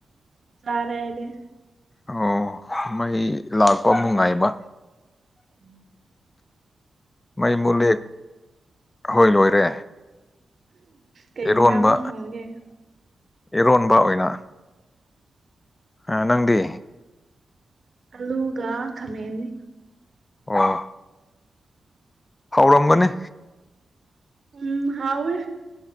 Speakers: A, on the right (about 55°); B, on the left (about 30°).
A: ꯆꯥꯔꯦ ꯑꯩꯗꯤ
B: ꯑꯣ ꯃꯩ ꯂꯥꯛꯄ ꯑꯃꯨꯛ ꯉꯥꯏꯕ
A: ꯎꯝ
B: ꯃꯩ ꯃꯨꯂꯦ ꯑꯍꯣꯏ ꯂꯣꯏꯔꯦ
A: ꯀꯩ
B: ꯑꯦꯔꯣꯟꯕ
A: ꯏꯟꯖꯥꯡ ꯊꯣꯡꯒꯦ
B: ꯑꯦꯔꯣꯟꯕ ꯑꯣꯏꯅ ꯍꯥ ꯅꯪꯗꯤ
A: ꯑꯜꯂꯨꯒ ꯈꯥꯃꯦꯟꯅꯦ
B: ꯑꯣ ꯍꯥꯎꯔꯝꯒꯅꯤ
A: ꯎꯝ ꯍꯥꯎꯋꯦ